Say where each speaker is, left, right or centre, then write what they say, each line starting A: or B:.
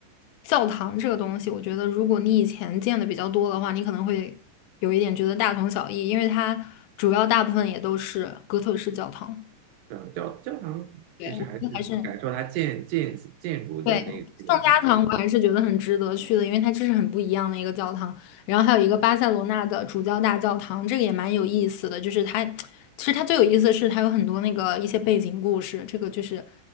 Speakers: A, on the left; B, on the right.
A: 教堂这个东西，我觉得如果你以前见的比较多的话，你可能会有一点觉得大同小异，因为它主要大部分也都是哥特式教堂。
B: 嗯，教教堂其实还是感受它建建建筑的那那个美感。
A: 对，我觉得还是。对，圣家堂我还是觉得很值得去的，因为它这是很不一样的一个教堂。然后还有一个巴塞罗那的主教大教堂，这个也蛮有意思的。就是它，其实它最有意思的是它有很多那个一些背景故事，这个就是